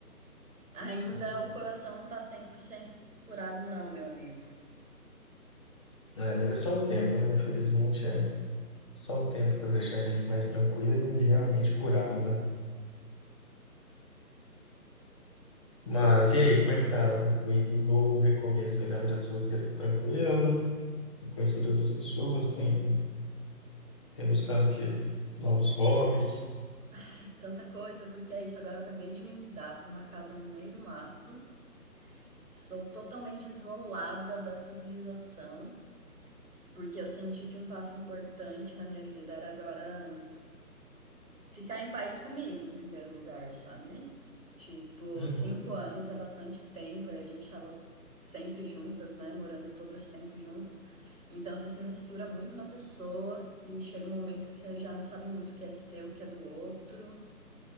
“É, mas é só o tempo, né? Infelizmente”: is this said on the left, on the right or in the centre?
Left